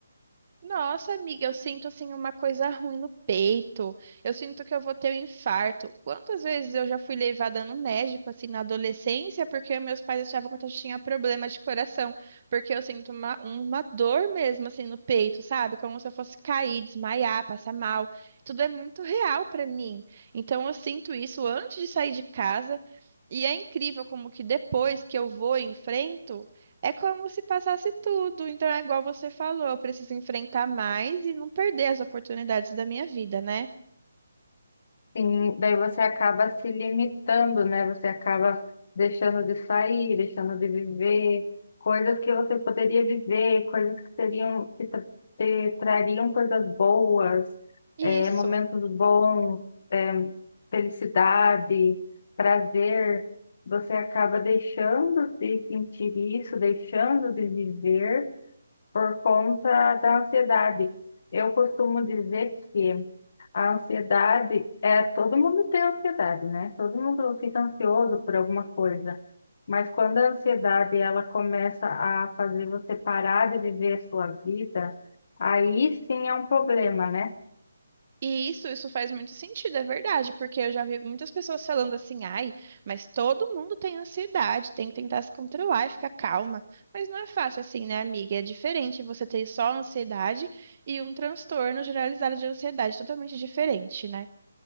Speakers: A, on the right; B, on the left.
A: Nossa, amiga, eu sinto assim uma coisa ruim no peito. Eu sinto que eu vou ter um infarto. Quantas vezes eu já fui levada no médico assim na adolescência porque meus pais achavam que eu tinha problema de coração, porque eu sinto uma, uma dor mesmo assim no peito, sabe? Como se eu fosse cair, desmaiar, passar mal. Tudo é muito real pra mim. Então eu sinto isso antes de sair de casa. E é incrível como que depois que eu vou e enfrento é como se passasse tudo. Então é igual você falou, eu preciso enfrentar mais e não perder as oportunidades da minha vida, né?
B: Sim, daí você acaba se limitando, né? Você acaba deixando de sair, deixando de viver coisas que você poderia viver, coisas que seriam, que tra- te trariam coisas boas,
A: Isso.
B: eh, momentos bons, eh, felicidade, prazer. Você acaba deixando de sentir isso, deixando de viver por conta da ansiedade. Eu costumo dizer que a ansiedade é todo mundo tem ansiedade, né? Todo mundo fica ansioso por alguma coisa. Mas quando a ansiedade ela começa a fazer você parar de viver a sua vida, aí sim é um problema, né?
A: E isso, isso faz muito sentido, é verdade, porque eu já vi muitas pessoas falando assim, ai, mas todo mundo tem ansiedade, tem que tentar se controlar e ficar calma. Mas não é fácil assim, né, amiga? É diferente você ter só ansiedade e um transtorno generalizado de ansiedade, totalmente diferente, né?